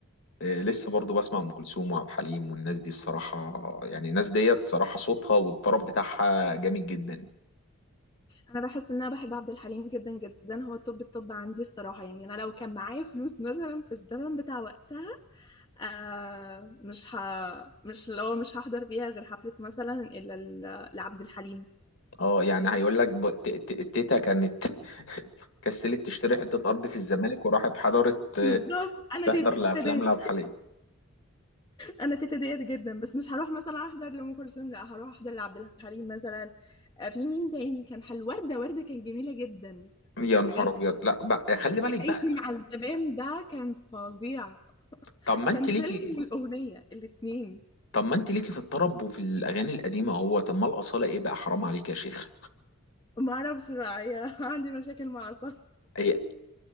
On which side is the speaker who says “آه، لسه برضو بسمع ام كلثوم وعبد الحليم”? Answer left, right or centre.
Left